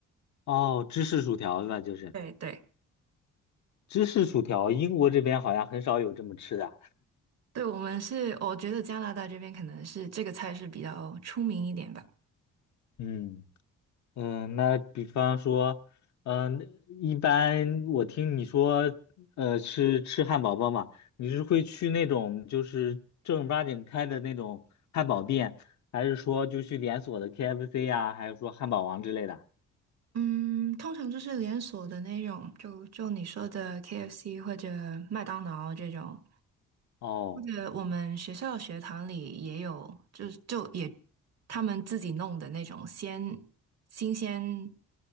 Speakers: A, on the left; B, on the right.
A: 哦，芝士薯条吧，就是
B: 对对。
A: 芝士薯条，英国这边好像很少有这么吃的。
B: 对，我们是，我觉得加拿大这边可能是这个菜是比较出名一点吧。
A: 嗯嗯，那比方说，嗯、一般我听你说，呃，吃吃汉堡包嘛，你是会去那种就是正儿八经开的那种汉堡店，还是说就去连锁的 KFC 呀、还是说汉堡王之类的？
B: 嗯，通常就是连锁的那种，就就你说的 KFC 或者麦当劳这种，
A: 哦
B: 或者我们学校学堂里也有，就是就也他们自己弄的那种鲜新鲜